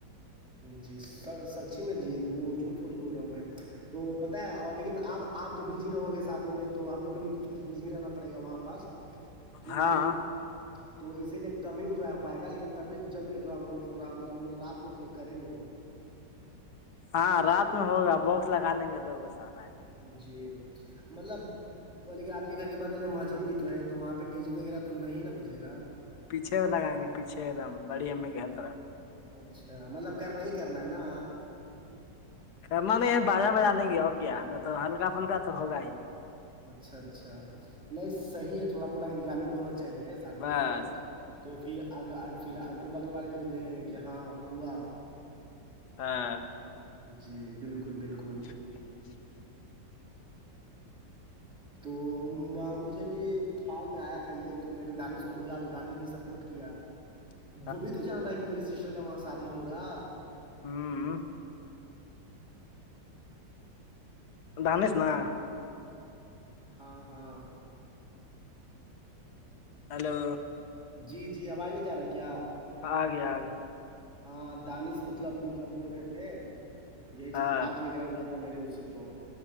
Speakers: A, in the centre; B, on the left.
A: جی س سچی میں جی وہ جھوٹ تھوڑی بول رہا ہوں میں تو پتاہ ہے اور لیکن اب آپ تو بزی رہو گے شادی میں تو ہم لوگ کو بھی کچھ کچھ بزی رہنا پڑے گا وہاں پاس کیونکہ
B: ہاں
A: تو اسی لیے کم ہی انجوائے ہو پائے گا لیکن تبھی جب بھی مطلب رات کو کریں نہیں
B: ہاں رات میں ہوگا باککس لگا لیں گے دو گ سارے
A: جی مطلب ملیک آپ کے گھر کے بغل میں مسجد بھی تو ہے تو وہاں پہ ڈی جی وغیرہ تو نہیں ن بجے گا
B: پیچھے لگائیں گے پیچھے ایک دم بڑی امی کی ہ طرف
A: اچھا مطلب کرنا ہی کرنا ہے نا
B: کرم نہیں ہے بازا بجا لیں گے اور کیا نہ تو ہلکا پھلکا تو ہوگا ہی
A: اچھا اچھا نہیں صحی ہے تھوڑا موڑا انجوائمنٹ بھی ہونا چاہیے شادی
B: بس
A: کے لیے تو پھر اگ پھر اگل بگل والے بھی تو دیکھے ہیں کہ ہاں ہوا
B: ہاں
A: جی بالکل بالکل
B: <inaudible> <inaudible>
A: تو مجھے بھی خیال میں آیا تھا یہ تو میں نے دانش کو بولا تو دانش بھی سپورٹ کیا
B: <inaudible>
A: وہ بھی تو جان رہا ہے کہ میرے سسٹر کا وہاں شادی ہوگا
B: ہوں ڈانس نا
A: ہاں ہاں
B: ہیلو
A: جی جی آواز نہیں جا رہا ہے کیا
B: آگے آگے
A: ہاں دانش مطلب مطلب بول رہے تھے یہی چیز
B: ہاں
A: بات وغیرہ ہوا ہم میںیرےو سےے تو